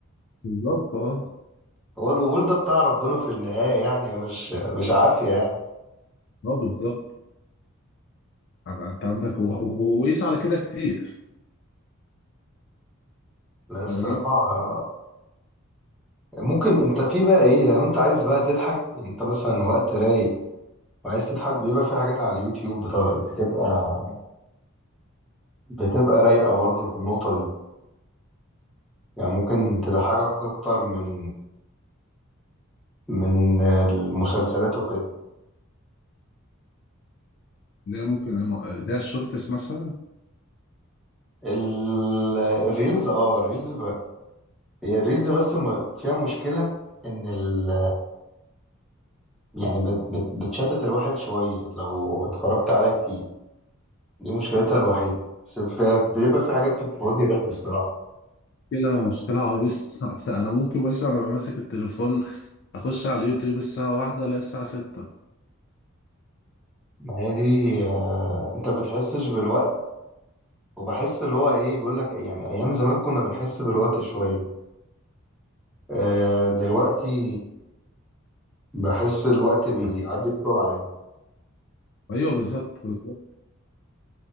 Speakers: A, on the left; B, in the centre.
A: بالظبط اه
B: هو القبول ده بتاع ربنا في النهاية يعني مش مش عافية يعني
A: اه بالظبط انا انت عندك و- و- وقيس على كده كتير
B: لا الصراحة
A: فاهمني
B: آه، ممكن انت في بقى ايه لو انت عايز بقى تضحك يعني انت مثلا وقت رايق وعايز تضحك بيبقى في حاجات على اليوتيوب بتا- بتبقى بتبقى رايقة برضه في النقطة دي يعني ممكن تضحكك اكتر من من المسلسلات وكده
A: لا ممكن لا الشورتس مثلا
B: ال- الريلز اه الريلز هي الريلز بس م- فيها مشكلة ان ال يعني بت بت بتشتت الواحد شوية لو اتفرجت عليها كتير دي مشكلتها الوحيدة بس في- بيبقى في حاجات بتموتني ضحك الصراحة
A: مشكلة مشكلة عويصة <laughs> أنت- انا ممكن بس انا بمسك ماسك التليفون اخش على اليوتيوب الساعة واحدة لا الساعة ستة
B: ما هي دي آه، انت بتحسش بالوقت وبحس اللي هو ايه بيقول لك يعني ايام زمان كنا بنحس بالوقت شوية آه، دلوقتي بحس الوقت بيعدي بسرعة يعني
A: ايوه بالظبط بالظبط